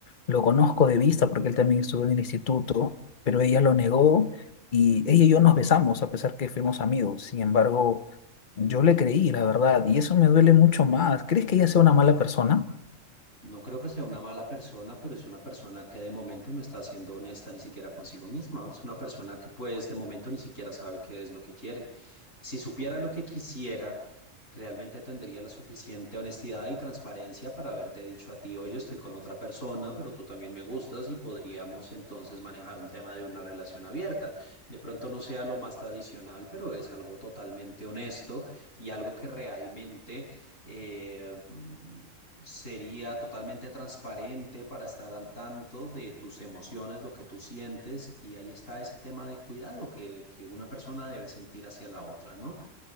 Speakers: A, on the left (about 45°); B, on the left (about 80°).
A: lo conozco de vista porque él también estuvo en el instituto, pero ella lo negó y ella y yo nos besamos a pesar que fuimos amigos. Sin embargo, yo le creí, la verdad, y eso me duele mucho más. ¿Crees que ella sea una mala persona?
B: No creo que sea una mala persona, pero es una persona que de momento no está siendo honesta ni siquiera consigo misma. Es una persona que pues de momento ni siquiera sabe qué es lo que quiere. Si supiera lo que quisiera, realmente tendría la suficiente honestidad y transparencia para haberte dicho a ti, oye, estoy con otra persona, pero tú también me gustas y podríamos entonces manejar un tema de una relación abierta. De pronto no sea lo más tradicional, pero es algo totalmente honesto y algo que realmente... eh, sería totalmente transparente para estar al tanto de tus emociones, lo que tú sientes, y ahí está ese tema de cuidado que, que una persona debe sentir hacia la otra, ¿no?